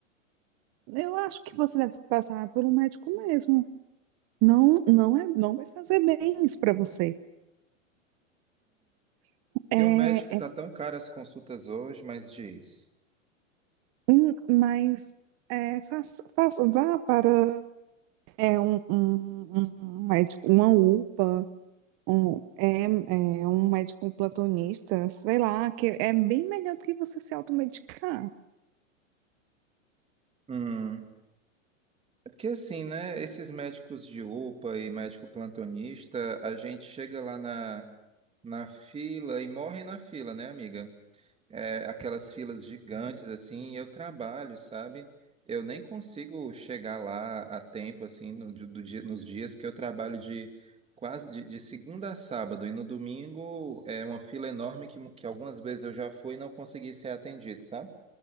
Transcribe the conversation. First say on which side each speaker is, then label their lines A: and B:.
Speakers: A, on the right (about 35°); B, on the right (about 15°).
A: Eu acho que você deve passar por um médico mesmo. Não, não é, não vai fazer bem isso para você.
B: Porque
A: É,
B: o médico tá tão caro as consultas hoje, mas diz.
A: Hum, Mas é, faça, faça- vá para é, um, um, um médico, uma UPA, um, é, é, um médico plantonista, sei lá, que é bem melhor do que você se automedicar.
B: Hum, É porque assim, né? Esses médicos de UPA e médico plantonista, a gente chega lá na, na fila e morre na fila, né, amiga? É, aquelas filas gigantes, assim, e eu trabalho, sabe? Eu nem consigo chegar lá a tempo, assim, no, di- do dia- nos dias que eu trabalho de quase de, de segunda a sábado, e no domingo é uma fila enorme que, mu- que algumas vezes eu já fui e não consegui ser atendido, sabe?